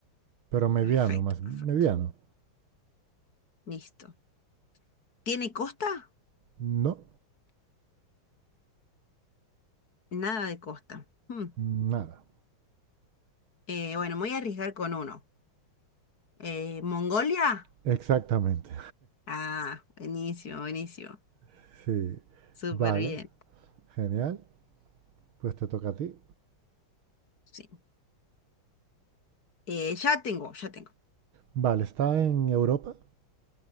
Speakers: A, on the right; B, on the left.
A: pero mediano,
B: Perfecto,
A: más mediano.
B: perfecto. Listo. ¿Tiene costa?
A: No,
B: Nada de costa. Hmm.
A: nada.
B: Eh, bueno, me voy a arriesgar con uno. Eh, ¿Mongolia?
A: Exactamente,
B: Ah, buenísimo, buenísimo.
A: <laughs> sí.
B: Súper
A: Vale,
B: bien.
A: genial. Pues te toca a ti.
B: Sí. Eh, ya tengo, ya tengo.
A: Vale, ¿está en Europa?